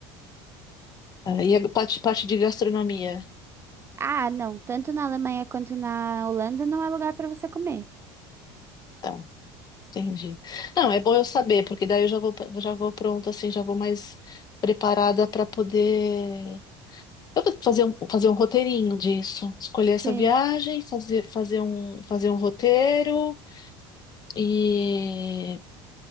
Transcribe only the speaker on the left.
Ah, E a parte, parte de gastronomia.
Então, entendi. Não, é bom eu saber, porque daí eu já vou, já vou pronta, assim, já vou mais preparada para poder. Eu vou fazer um, fazer um roteirinho disso. Escolher essa
viagem, fazer, fazer um, fazer um roteiro e.